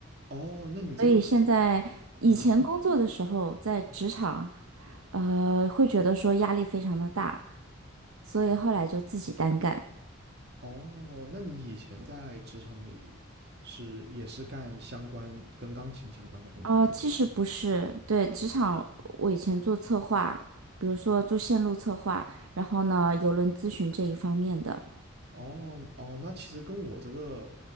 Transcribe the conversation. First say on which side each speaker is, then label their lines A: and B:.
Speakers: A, on the right; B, on the right.
A: 哦，那你这个，
B: 所以现在以前工作的时候在职场，
A: 嗯，
B: 呃，会觉得说压力非常的大，所以后来就自己单干。
A: 哦，那你以前在职场里是也是干相关跟钢琴相关的工作？
B: 啊、其实不是，对，职场我以前做策划，比如说做线路策划，然后呢，邮轮咨询这一方面的，
A: 哦哦，那其实跟我这个